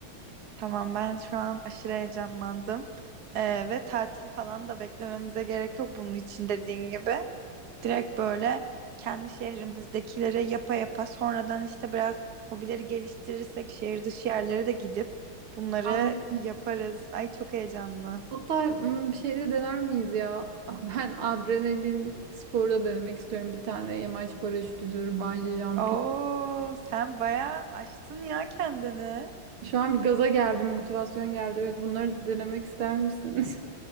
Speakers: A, on the right; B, on the right.
A: Tamam, ben şu an aşırı heyecanlandım. Ee, ve tatil falan da beklememize gerek yok bunun için dediğin gibi. Direkt böyle kendi şehrimizdekileri yapa yapa sonradan işte biraz hobileri geliştirirsek şehir dışı yerlere de gidip bunları
B: Aynen.
A: yaparız. Ay çok heyecanlı.
B: Hatta hmm, şeyde dener miyiz ya? <laughs> Ben adrenalin sporu da denemek istiyorum. Bir tane yamaç paraşütüdür, bungee jumping.
A: Oo, sen bayağı aştın ya kendini.
B: Şu an bir gaza geldim, motivasyon geldi. Evet bunları denemek ister misiniz?